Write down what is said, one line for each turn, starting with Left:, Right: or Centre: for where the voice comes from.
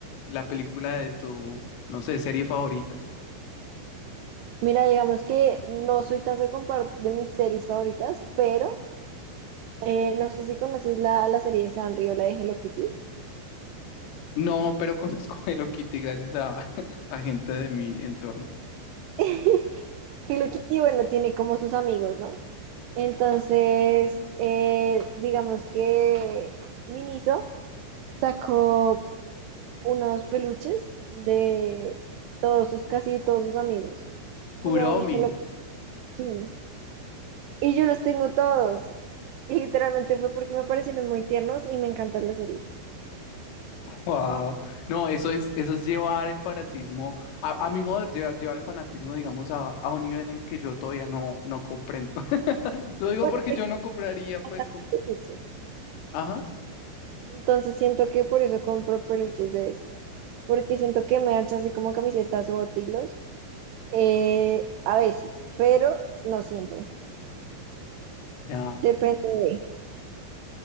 Left: la película de tu, no sé, serie favorita.
Right: Mira, digamos que no soy tanto de compar- de mis series favoritas, pero Eh, no sé si conoces la, la serie de Sanrio, la de Hello Kitty.
Left: No, pero <laughs> conozco a Hello Kitty gracias a, <laughs> a gente de mi entorno.
Right: <laughs> Hello Kitty, bueno, tiene como sus amigos, ¿no? Entonces, eh, digamos que Miniso sacó unos peluches de todos sus, casi todos sus amigos.
Left: Kuromi.
Right: Kuromi, Hello Kitty. sí. Y yo los tengo todos. Y literalmente fue porque me parecieron muy tiernos y me encanta la serie.
Left: Wow. No, eso es, eso es llevar el fanatismo, a, a mi modo, llevar, llevar el fanatismo, digamos, a, a un nivel en el que yo todavía no, no comprendo. <laughs> Lo digo
Right: Bueno,
Left: porque
Right: es
Left: yo no compraría, pues,
Right: bastante
Left: como.
Right: peluches.
Left: Ajá.
Right: Entonces siento que por eso compro peluches de eso. porque siento que merch, así como camisetas o botilos, eh, a veces, pero no siempre.
Left: Ya.
Right: Depende de.